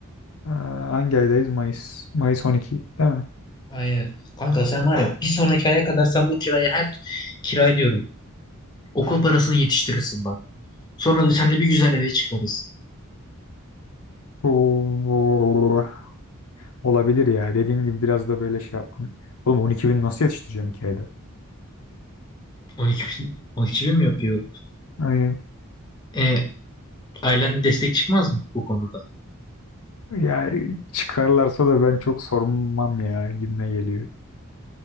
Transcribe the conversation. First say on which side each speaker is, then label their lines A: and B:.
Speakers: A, on the left (about 75°); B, on the left (about 20°).
A: e, hangi aydayız? Mayıs. Mayıs 12 değil mi?
B: Aynen. Kanka sen var ya bir sonraki aya kadar sen bu kirayı her kira diyorum. Okul parasını yetiştirirsin bak. Sonra da seninle bir güzel eve çıkarız.
A: Oo, Olabilir ya. Dediğim gibi biraz da böyle şey yapmam. Oğlum 12 bin nasıl yetiştireceğim 2 ayda?
B: 12 bin, 12 bin mi yapıyor?
A: Aynen.
B: E, ailen destek çıkmaz mı bu konuda?
A: Ya çıkarlarsa da ben çok sormam ya gibime geliyor.